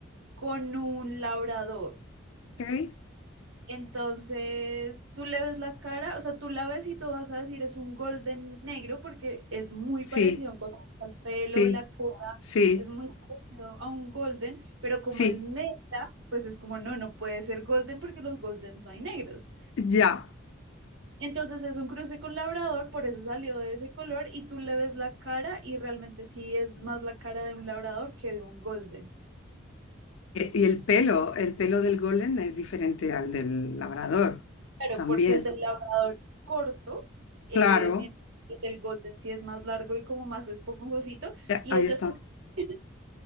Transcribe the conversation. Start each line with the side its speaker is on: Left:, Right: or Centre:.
Right: con un labrador.
Left: ok,
Right: Entonces, tú le ves la cara, o sea, tú la ves y tú vas a decir es un golden negro porque es muy
Left: sí,
Right: parecido en cuanto al pelo,
Left: sí,
Right: la cola,
Left: sí,
Right: es muy parecido a un golden, pero como
Left: sí,
Right: es negra, pues es como no, no puede ser golden porque los goldens no hay negros.
Left: ya.
Right: Entonces es un cruce con labrador, por eso salió de ese color y tú le ves la cara y realmente sí es más la cara de un labrador que de un golden.
Left: E- Y el pelo, el pelo del golden es diferente al del labrador,
Right: Claro,
Left: también.
Right: porque el del labrador es corto, eh,
Left: Claro,
Right: mientras que el del golden sí es más largo y como más esponjosito
Left: eh,
Right: y
Left: ahí
Right: ella
Left: está.
Right: es así, <laughs>